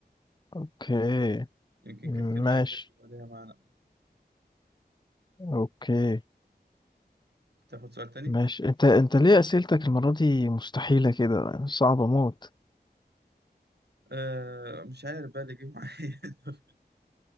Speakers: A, on the left (about 25°); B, on the right (about 75°).
A: اوكي
B: يمكن كانت كلمه
A: ماشي
B: اجنبي يبقى ليها معنى
A: اوكي
B: تاخد سؤال تاني
A: ماشي انت انت ليه اسئلتك المرة دي مستحيلة كده صعبة موت
B: آه مش عارف بقى اللي جه معايا <laughs>